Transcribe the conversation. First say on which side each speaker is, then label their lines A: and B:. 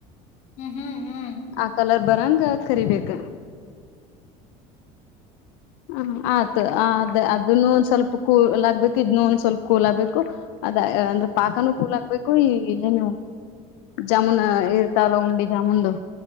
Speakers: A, on the left (about 45°); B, on the left (about 80°).
A: ಹ್ಮ್ ಹ್ಮ್
B: ಆ ಕಲರ್ ಬರಾಂಗ ಕರಿಬೇಕ
A: ಹ
B: ಹ ಆಯ್ತು ಅ ಅದೇ ಅದನ್ನು ಒಂದ ಸ್ವಲ್ಪ ಕೂಲ್ ಆಗ್ಬೇಕು ಇದ್ನ್ನು ಒಂದ್ ಸ್ವಲ್ಪ ಕೂಲ್ ಆಗ್ಬೇಕು ಅದ ಅಂದ್ರೆ ಪಾಕನೂ ಕೂಲ್ ಆಗ್ಬೇಕು ಈ ಲ್ಲ ನೀವು ಜಾಮೂನ್ ಇರ್ತಾವಲ್ಲ ಉಂಡಿ ಜಾಮೂನ್ದು